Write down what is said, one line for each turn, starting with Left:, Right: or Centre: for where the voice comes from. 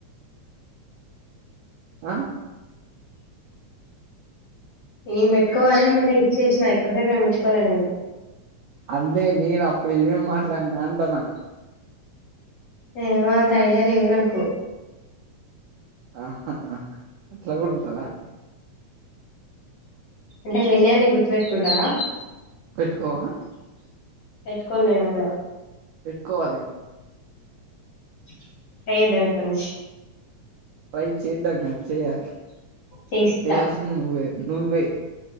Right: ఆ
Left: నేను పెట్టుకోవాలి ఎంబటే ఇచ్చేసినా ఎక్కువసేపు ఏం ఉంచుకోల నేను
Right: అంటె నెన్ అప్పుడు ఏమేం ఏమేం మాట్లాడినాంటనా
Left: ఏమో అంత ఐడియా లేదు నాకు
Right: ఆహాహా అట్లా కూడా ఉంటదా
Left: అంటే విన్నయాన్ని గుర్తుపెట్టుకుంటావా
Right: పెట్టుకోవా
Left: పెట్టుకొన్నేనట్ల
Right: పెట్టుకోవాలి
Left: <unintelligible>
Right: ట్రై చేద్దాం కాదు చేయాలి
Left: చేయిస్తా
Right: చేయాల్సింది నువే నువ్వే